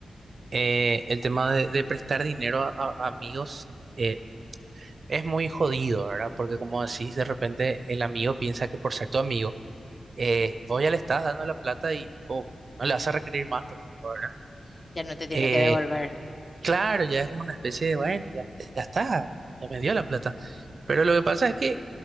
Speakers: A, on the right (about 60°); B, on the left (about 35°).
A: Eh, el tema de, de prestar dinero a, a- amigos eh, es muy jodido, ¿verdad? Porque como decís, de repente el amigo piensa que por ser tu amigo, eh, vos ya le estás dando la plata y tipo, no le vas a requerir más tampoco, ¿verdad?
B: Ya no te tiene
A: Eh,
B: que devolver.
A: claro, ya es como una especie de, bueno, ya, ya está, ya me dio la plata. Pero lo que pasa es que,